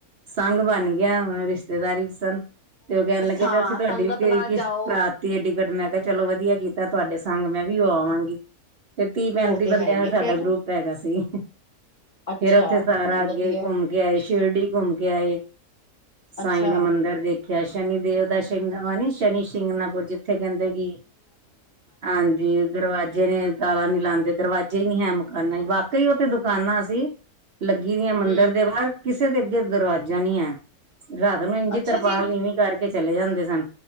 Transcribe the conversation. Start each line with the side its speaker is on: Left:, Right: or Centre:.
Right: ਸੰਘ ਬਣ ਗਿਆ, ਰਿਸ਼ਤੇਦਾਰੀ ਸਨ ਤੇ' ਉਹ ਕਹਿਣ ਲੱਗੇ
Left: ਹਾਂ
Right: ਕਿ ਅਸੀਂ ਤੁਹਾਡੀ
Left: ਸੰਗਤ
Right: ਵੀ
Left: ਨਾਲ
Right: ਕਿਸਤ
Left: ਜਾਓ
Right: ਕਰਾ ਤੇ' ਟਿਕਟ ਮੈਂ ਕਿਹਾ ਚਲੋ ਵਧੀਆ ਕੀਤਾ ਤੁਹਾਡੇ ਸੰਗ ਮੈਂ ਵੀ ਉਹ ਆਵਾਂਗੀ। ਤੇ ਤੀਹ, ਪੈਂਤੀ
Left: ਉਹ ਤੇ
Right: ਬੰਦਿਆਂ
Left: ਹੈ ਹੀ
Right: ਦਾ
Left: ਹੈ
Right: ਸਾਡਾ
Left: ਫੇਰ
Right: ਗਰੁੱਪ ਹੈਗਾ ਸੀ।
Left: ਅੱਛਾ
Right: ਫੇਰ ਉੱਥੇ ਸਾਰਾ
Left: ਨਹੀਂ
Right: ਅੱਗੇ
Left: ਵਧੀਆ
Right: ਘੁੰਮ ਆਏ ਸ਼ਿਰਡੀ ਘੁੰਮ ਕੇ ਆਏ ਸਾਈ
Left: ਅੱਛਾ।
Right: ਦਾ ਮੰਦਰ ਦੇਖ ਖਿਆ ਸ਼ਨੀ ਦੇਵ ਦਾ ਸਿੰਘ ਨੇ ਸ਼ਨੀ ਸਿੰਘਨਾ ਬਲ ਜਿੱਥੇ ਕਹਿੰਦੇ ਕਿ ਹਾਂਜੀ, ਦਰਵਾਜ਼ੇ ਜਿ ਨੇ ਤਾਲਾਂ ਨੀ ਲਾਂਦੇ ਦਰਵਾਜ਼ੇ ਹੀ ਨੀ ਹੈ ਮਕਾਨਾ ਹੀ ਵਾਕਈ ਉੱਥੇ ਦੁਕਾਨਾਂ ਸੀ ਲੱਗੀ ਦੀਆਂ ਮੰਦਿਰ
Left: ਹੂੰ
Right: ਦੇ ਬਾਹਰ ਕਿਸੇ ਦੇ ਅੱਗੇ ਦਰਵਾਜ਼ਾ ਨਹੀਂ ਐ ਰਾਤ ਨੂੰ ਇੰਝ
Left: ਅੱਛਾ
Right: ਈ ਤਰਪਾਲ
Left: ਜੀ।
Right: ਨੀਵੀਂ ਕਰਕੇ ਚਲੇ ਜਾਂਦੇ ਸਨ,